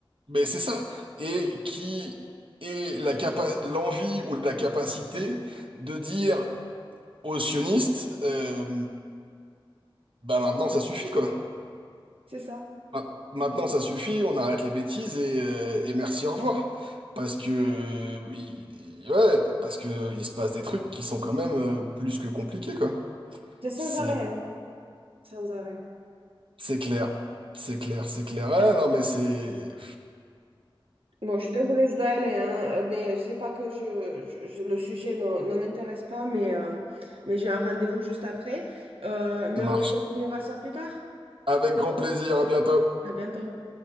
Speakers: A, on the right; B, on the right.
A: Mais c'est ça. Et qui est la capa- l'envie ou la capacité de dire aux sionistes, euh, bah maintenant ça suffit quoi.
B: C'est ça,
A: Ma- Maintenant ça suffit, on arrête les bêtises et, euh, et merci, au revoir. Parce que, euh, il- ouais, parce que il se passe des trucs qui sont quand même euh, plus que compliqués quoi.
B: C'est sans
A: C'est,
B: arrêt, hein. sans arrêt.
A: c'est clair. C'est clair, c'est clair. Ah, non mais c'est,
B: Bon, je suis désolée, je dois aller, hein, euh, mais c'est pas que je, je- je- le sujet ne, ne m'intéresse pas, mais, euh, mais j'ai un rendez-vous juste après. Euh, mais
A: ça marche.
B: on continuera ça plus tard.
A: Avec grand plaisir, à bientôt.
B: À bientôt.